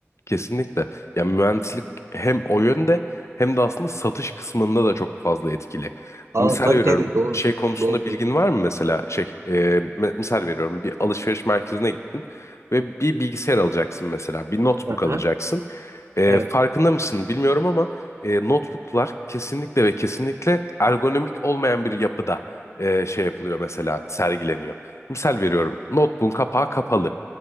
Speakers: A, on the left; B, on the right.
A: Kesinlikle. Ya mühendislik hem o yönde hem de aslında satış kısmında da çok fazla etkili.
B: Aa,
A: Misal
B: tabii
A: veriyorum.
B: tabii doğru.
A: Şey konusunda
B: Doğru doğru.
A: bilgin var mı mesela? Şey, e, me- misal veriyorum. Bir alışveriş merkezine gittin ve bir bilgisayar alacaksın mesela. Bir notebook
B: Aha,
A: alacaksın. E,
B: evet.
A: farkında mısın bilmiyorum ama e, notebooklar kesinlikle ve kesinlikle ergonomik olmayan bir yapıda e, şey yapılıyor mesela sergileniyor. Misal veriyorum notebook'un kapağı kapalı